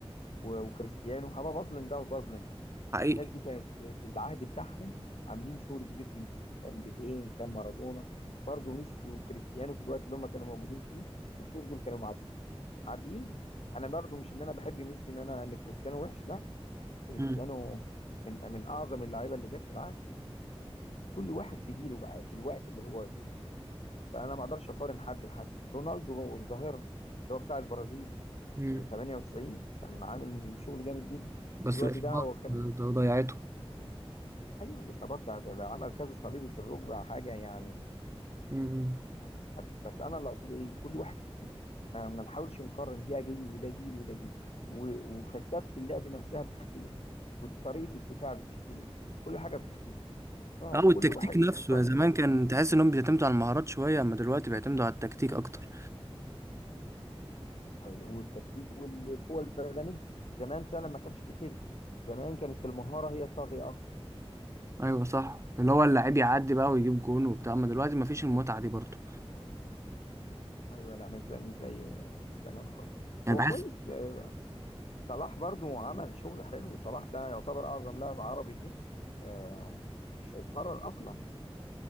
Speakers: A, on the left (about 80°); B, on the right (about 30°).
A: و... وكريستيانو هبقى بظلم ده وبظلم ده
B: حقيقي
A: الناس دي كانت في في العهد بتاعهم عاملين شغل كبير جدا كان بيلين كان مارادونا برضو ميسي وكريستيانو في الوقت اللي هم كانوا موجودين فيه الاثنين دول كانوا معديين معديين انا برضو مش ان انا بحب ميسي ان انا ان كريستيانو وحش لا كريستيانو
B: مم.
A: من من اعظم اللعيبه اللي جت في العالم كل واحد في جيله بقى في الوقت اللي هو جه فيه فانا ما اقدرش اقارن حد بحد رونالدو الظاهره اللي هو بتاع البرازيل
B: امم
A: آه، 98 كان عامل شغل جامد جدا
B: بس
A: في الوقت
B: الإصابات
A: ده هو كان
B: ده ضيعته
A: ايوه الاصابات ده, ده, ده عمل كذا صليبي في الركبه حاجه يعني
B: امم
A: يعني بس بس انا اللي اقصده ايه كل واحد في جيله ما, ما نحاولش نقارن ده جيل وده جيل وده جيل و- وفلسفه اللعب نفسها بتختلف وطريقه الدفاع بتختلف كل حاجه بتختلف فكل
B: اه والتكتيك
A: واحد
B: نفسه
A: يقارن
B: يا زمان
A: الناس
B: كان
A: اللي معاه.
B: تحس انهم بيعتمدوا على المهارات شويه اما دلوقتي بيعتمدوا على التكتيك اكتر
A: والتكتيك والقوه البدنيه زمان فعلا ما كانش في كده زمان كانت المهاره هي الطاغيه اكتر
B: ايوه صح اللي هو اللعيب يعدي بقى ويجيب جون وبتاع اما دلوقتي مفيش المتعه دي برضه
A: ايوه لا مش زي مش زي زمان خالص
B: يعني
A: هو
B: بحس
A: كويس آه، صلاح برضو عمل شغل حلو صلاح ده يعتبر اعظم لاعب عربي جه آه، مش هيتكرر اصلا